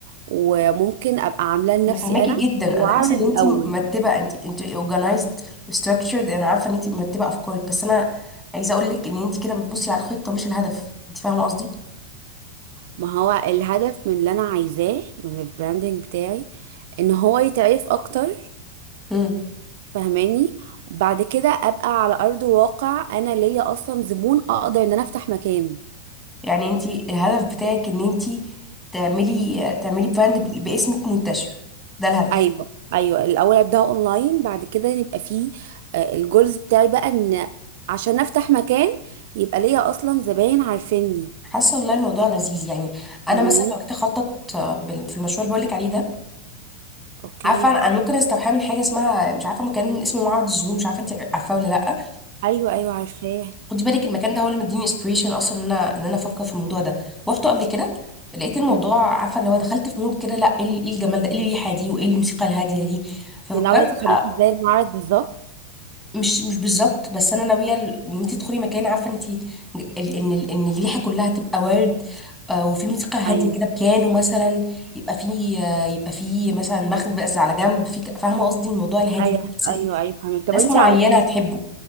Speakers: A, on the right (about 55°); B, in the centre.
A: وممكن ابقى عاملاه لنفسي
B: انا فاهماكي
A: انا
B: جدا
A: واعرض
B: انا حاسة ان
A: الاول
B: انتي مرتبة انت انت organized و structured انا عارفة ان انتي مرتبة افكارك بس انا عايزة اقول لك ان انتي كده بتبصي على الخطة مش الهدف انت فاهمة قصدي؟
A: ما هو الهدف من اللي انا عايزاه من البراندنج بتاعي ان هو يتعرف اكتر
B: مم.
A: فهماني وبعد كده ابقى على ارض واقع انا ليا اصلا زبون اقدر ان انا افتح مكان
B: يعني انتي الهدف بتاعك ان انتي تعملي تعملي براند باسمك منتشر ده الهدف
A: ايوه ايوه الاول ابدا اونلاين بعد كده يبقى فيه آه، الجولز بتاعي بقى ان عشان افتح مكان يبقى ليا اصلا زباين عارفيني
B: حاسه والله الموضوع لذيذ يعني انا
A: فهماني
B: مثلا لو كنت اخطط آه، بال- في المشروع اللي بقول لك عليه ده
A: اوكي
B: عارفه انا أنا ممكن استوحاه من حاجه اسمها مش عارفه مكان اسمه معبد الزهور مش عارفه انت عارفاه ولا لا آه،
A: ايوه ايوه عارفاه
B: خدي بالك المكان ده هو اللي مديني انسبيريشن اصلا ان انا ان انا افكر في الموضوع ده روحته قبل كده لقيت الموضوع
A: هم.
B: عارفه اللي هو دخلت في مود كده لا ايه ال- إيه الجمال ده ايه الريحه دي وايه الموسيقى الهاديه دي ففكرت
A: دي ناويه تخليه
B: بقى
A: زي المعرض بالظبط
B: مش مش بالظبط بس انا ناويه ال- ان انت تدخلي مكان عارفه انت ال- ان ال- ان الريحه كلها تبقى ورد آه، وفي موسيقى هاديه
A: ايوه
B: كده بيانو مثلا يبقى في آه، يبقى في مثلا مخبز على جنب في ك- فاهمه قصدي الموضوع الهادي
A: ايوه
B: ده بس
A: ايوه ايوه فهمت طب
B: ناس
A: انت
B: معينه
A: عملتي
B: هتحبه